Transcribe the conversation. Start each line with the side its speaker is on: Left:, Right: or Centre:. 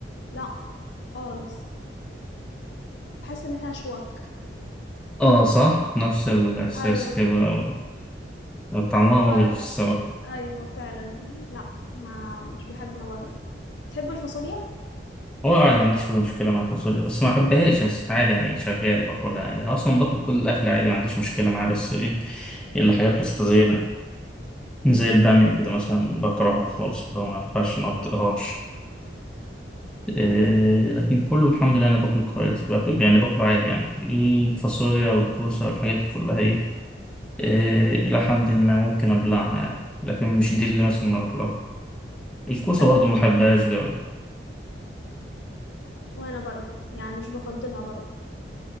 Left: لا خالص بحس إن فيها شوك
Centre: اه صح نفس الإحساس
Left: أيوة
Centre: كده و- وطعمها
Left: واللي
Centre: مغري
Left: هو
Centre: في الصراحة
Left: أيوة فعلا لا ما مش بحبها برضو تحب الفاصوليا؟
Centre: هو عادي ما عنديش مشكلة مع الفاصوليا بس ما أحبهاش بس عادي يعني شغال باكلها عادي أنا أصلا باكل كل الأكل عادي ما عنديش مشكلة معاه بس إيه إلا حاجات بس زي زي البامية كده مثلا بكرهها خالص اللي هو ما ينفعش ما بطيقهاش إيه لكن كله الحمد لله أنا باكل كويس باكل يعني باكله عادي يعني الفاصوليا والكوسة والحاجات دي كلها إيه إيه، إلى حد ما ممكن أبلعها يعني لكن مش دي اللي مثلا أروح لها الكوسة
Left: حلو
Centre: برضو ما
Left: ما شاء
Centre: بحبهاش
Left: الله
Centre: قوي
Left: وأنا برضو يعني مش بفضلها برضو